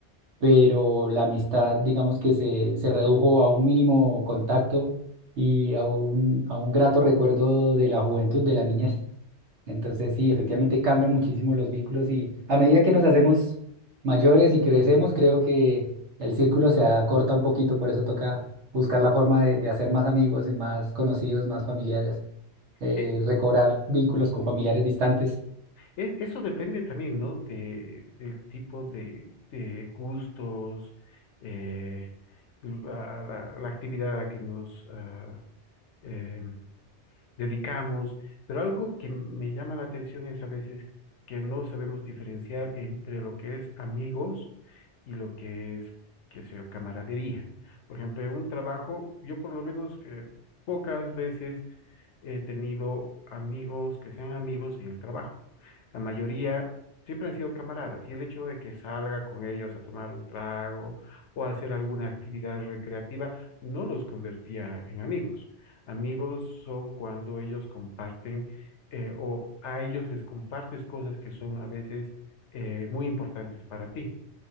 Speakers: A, on the right (about 75°); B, on the left (about 80°).
A: pero la amistad digamos que se, se redujo a un mínimo contacto y a un, a un grato recuerdo de la juventud, de la niñez. Entonces, sí, efectivamente cambian muchísimo los vínculos y a medida que nos hacemos mayores y crecemos, creo que el círculo se acorta un poquito, por eso toca buscar la forma de, de hacer más amigos y más conocidos, más familiares, eh,
B: E-
A: recobrar vínculos con familiares distantes.
B: e- eso depende también, ¿no? De, del tipo de, de gustos, eh, la, la- la actividad a que nos ah, em, dedicamos, pero algo que me llama la atención es a veces que no sabemos diferenciar entre lo que es amigos y lo que es, qué sé yo, camaradería. Por ejemplo, en un trabajo, yo por lo menos eh, pocas veces he tenido amigos que sean amigos en el trabajo. La mayoría siempre han sido camaradas y el hecho de que salga con ellos a tomar un trago o a hacer alguna actividad recreativa no los convertía en amigos. Amigos son cuando ellos comparten eh, o a ellos les compartes cosas que son a veces eh, muy importantes para ti.